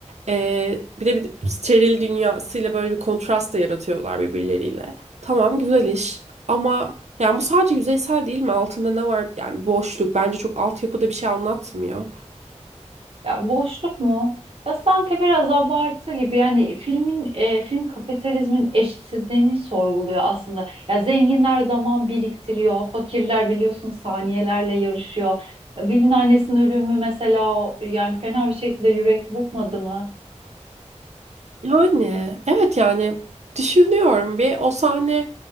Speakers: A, on the right; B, on the right.
A: Ee, bir de bir steril dünyasıyla böyle bir kontrast da yaratıyorlar birbirleriyle. Tamam güzel iş ama yani bu sadece yüzeysel değil mi? Altında ne var? Yani boşluk bence çok altyapıda bir şey anlatmıyor.
B: Ya boşluk mu? Ya sanki biraz abartı gibi yani filmin e, film kapitalizmin eşitsizliğini sorguluyor aslında. Ya zenginler zaman biriktiriyor, fakirler biliyorsun saniyelerle yarışıyor. Ya Will'in annesinin ölümü mesela o yani fena bir şekilde yürek burkmadı mı?
A: Yani evet yani düşünüyorum bir o sahne